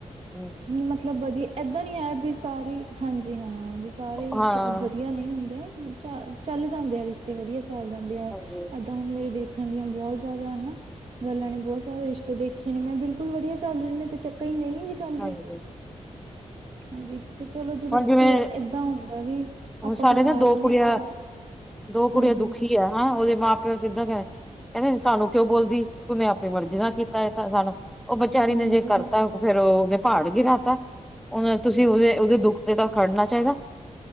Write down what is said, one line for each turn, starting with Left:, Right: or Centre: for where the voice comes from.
Centre: ਹਮ।
Right: ਮਤਲਬ ਵਧੀਆ ਏਦਾਂ ਨੀ ਆਇਆ ਵੀ ਸਾਰੇ ਹੀ, ਹਾਂਜੀ ਹਾਂ ਵੀ ਸਾਰੇ
Centre: ਹਾਂ
Right: ਵਧੀਆ ਨਹੀਂ ਹੁੰਦੇ। ਚ ਚੱਲ ਜਾਂਦੇ ਆ ਰਿਸ਼ਤੇ ਵਧੀਆ ਚੱਲ ਜਾਂਦੇ ਹੈ।
Centre: ਹਾਂਜੀ
Right: ਤਾਂ ਹੁਣ ਮੇਰੇ ਦੇਖਣ ਦੀਆਂ ਬਹੁਤ ਜ਼ਿਆਦਾ ਹਨਾ। ਗੱਲਾਂ ਨੇ ਬਹੁਤ ਸਾਰੇ ਰਿਸ਼ਤੇ ਦੇਖੇ ਨੇ ਮੈਂ ਬਿਲਕੁਲ ਵਧੀਆ ਚੱਲ ਰਹੇ ਨੇ ਤੇ ਚੱਕ ਹੀ ਨਹੀਂ ਵੀ ਚੱਲ
Centre: ਹਾਂਜੀ।
Right: ਰਹੇ ਹਾਂਜੀ ਤੇ ਚਲੋ ਜਦੋਂ
Centre: ਹੁਣ ਜਿਵੇਂ
Right: ਫਿਰ ਏਦਾਂ ਹੁੰਦਾ ਵੀ,
Centre: ਹੁਣ
Right: ਆਪਾਂ
Centre: ਸਾਡੇ
Right: ਕਰਵਾ
Centre: ਨਾ
Right: ਲੈਂਦੇ
Centre: ਦੋ ਕੁੜੀਆਂ
Right: ਹਾਂ ਇੱਕ ਵਾਰ।
Centre: ਦੋ ਕੁੜੀਆਂ
Right: ਹਾਂਜੀ
Centre: ਦੁਖੀ ਆ ਹਾਂ ਉਹਦੇ ਮਾਂ ਪਿਓ ਸਿੱਧਾ ਕ ਕਹਿੰਦੇ ਸਾਨੂੰ ਕਿਉਂ ਬੋਲਦੀ ਤੂੰਨੇ ਆਪਣੀ ਮਰਜ਼ੀ ਨਾ ਕੀਤਾ ਥ ਸਾਨੂੰ ਉਹ ਵਿਚਾਰੀ
Right: ਹਾਂਜੀ
Centre: ਨੇ ਜੇ ਕਰਤਾ ਫੇਰ ਉਹਦੇ ਪਹਾੜ ਗਿਰਾਤਾ ਉਹਨੇ ਤੁਸੀਂ ਉਹਦੇ,
Right: ਹਾਂਜੀ
Centre: ਉਹਦੇ ਦੁੱਖ ਤੇ ਤਾਂ ਖੜਨਾ ਚਾਹੀਦਾ।